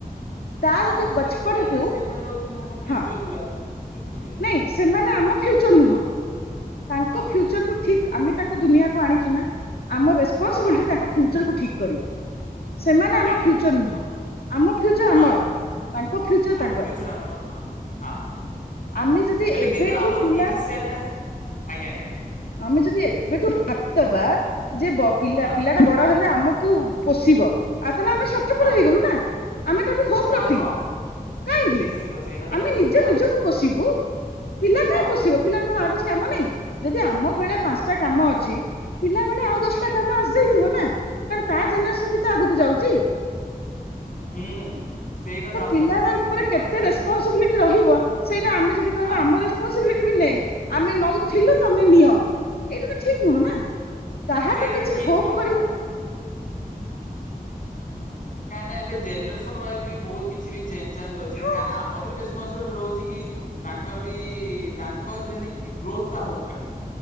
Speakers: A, on the left; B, on the left.
A: ତାର
B: ହଁ
A: ଯୋଉ
B: ସେଇଟା
A: ବଚପନ
B: ବି କାଁ ନା
A: କୁ
B: ସେମାନେ ହଉଛନ୍ତି ଆମ ଫ୍ୟୁଚର୍
A: ହଁ
B: ପୁରା। ସେଥିପାଇଁ
A: ନାଇଁ ସେମାନେ ଆମ ଫ୍ୟୁଚର ନୁହଁ। ତାଙ୍କ
B: ହଁ
A: ଫ୍ୟୁଚରକୁୁ ଠିକ୍ ଆମେ ତାକୁ ଦୁନିଆକୁ ଆଣିଛୁ ନା ଆମ ରେସପନସିବିଲିଟି
B: ହଁ
A: ତାଙ୍କ ଫ୍ୟୁଚରକୁୁ ଠିକ୍ କରିବା ସେମାନେ ଆମ
B: ଆଜ୍ଞା
A: ଫ୍ୟୁଚର୍ ନୁହଁ। ଆମ ଫ୍ୟୁଚର
B: ହଁ
A: ଆମର ତାଙ୍କ ଫ୍ୟୁଚର
B: ଆମ
A: ତାଙ୍କର
B: ଫ୍ୟୁଚର୍ ଆମର ହଁ ହଁ।
A: ଆମେ ଯଦି
B: ହେଲେ
A: ଏବେଠୁ
B: କିନ୍ତୁ ଆମର
A: ପିଲା
B: ଇନିସିଆଲ୍ ଟା ଆଜ୍ଞା ଆଜ୍ଞା।
A: ଆମେ ଯଦି ଏବେଠୁ ଭାବିଦବା ଯେ ବ ପିଲା
B: ହଁ
A: ପିଲା ବଡ ହେଲେ ଆମକୁ ପୋଷିବ ଆଉ ତାଲେ ଆମେ ସ୍ୱା
B: ହଁ।
A: କଲୁ ନା ଆମେ ତାଠୁ ହୋପ୍
B: ହଁ
A: ରଖିଲୁ
B: ହଁ
A: କାହିଁକି
B: ନିଶ୍ଚିତ ସେଇଟା ତ
A: ଆମେ
B: ନିଶ୍ଚ
A: ନିଜ
B: ହଁ
A: ନିଜକୁ ପୋଶିବୁ ପିଲା
B: ହଁ।
A: ପୋଷିବ ପିଲାର କଣ ଆଉ କିଛି କାମ ନାହିଁ। ଯ ଆମ ବେଳେ ପାଞ୍ଚଟା କାମ ଅଛି ପିଲା ବେଳେ ଆଉ ଦଶଟା
B: ଆଜ୍ଞା
A: କାମ ଆସିଯାଇଥିବ ନା। କାରଣ ତା ଜେନେରେସନ୍ ବି ତ ଆଗକୁ ଯାଉଛି।
B: ହୁଁ ସେଇଟା
A: ତ
B: ଆପଣ
A: ପିଲାର
B: ବି ସେ
A: ଉପରେ
B: ଠିକ କଥା
A: କେତେ
B: କହିଲେ
A: ରେସ୍ପନସିବିଲିଟି
B: ପୁରା
A: ରହିବ ସେଇଟା ଆମେ ଯଦି କହିବା
B: ହଁ
A: ଆମର ରେସ୍ପନସିବିଲିଟି ବି ନେ ଆମେ ନଉଥିଲେ ତମେ ନିଅ ଏଇଟା ତ ଠିକ୍ ନୁହଁ ନା କାହାଠୁ
B: ସେଇଟା
A: କିଛି
B: ବି ଠିକ
A: ହୋପ୍
B: ନୁହେଁ
A: କରିବ
B: କାହିଁକି ନା କାହିଁକନା ଏବେ ଜେନେରେସନ୍ ୱାଇଜ୍ ବି ବହୁତ କିଛି ବି ଚେଞ୍ ଚାଞ୍ଜ ହଉଛି
A: ହଁ
B: କହିଁକିନା ଆମର ରେସ୍ପନସିବିଲିଟି ରହୁଛି କି ତାଙ୍କର ବି ତାଙ୍କର ଯେମିତି ଗ୍ରୋଥ୍ ଟା ହୋଉ ପୁରା।